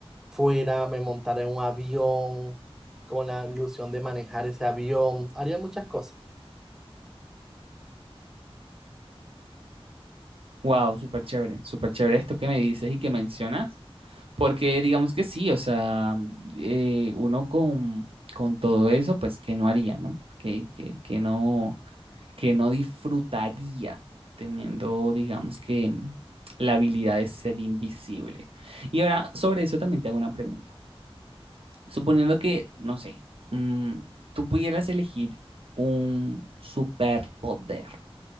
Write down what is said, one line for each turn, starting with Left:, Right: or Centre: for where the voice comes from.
Centre: fuera, me montara en un avión con la ilusión de manejar ese avión, haría muchas cosas.
Right: Wow, súper chévere, súper chévere esto que me dices y que mencionas. Porque digamos que sí, o sea, eh, uno con, con todo eso, pues que no haría, ¿no? Que, que, que no, que no disfrutaría teniendo, digamos que, la habilidad de ser invisible. Y ahora, sobre eso también te hago una pregunta. Suponiendo que, no sé, mm, tú pudieras elegir un superpoder,